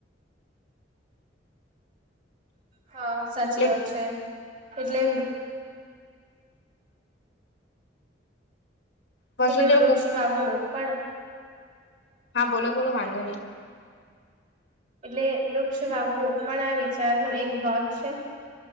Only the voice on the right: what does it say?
હા સાચી
વાત છે એટલે
એટલે વૃક્ષ
વાવો પણ
એટલે વૃક્ષ બાપુ પણ આ વિચારનોો એક ભાગ છે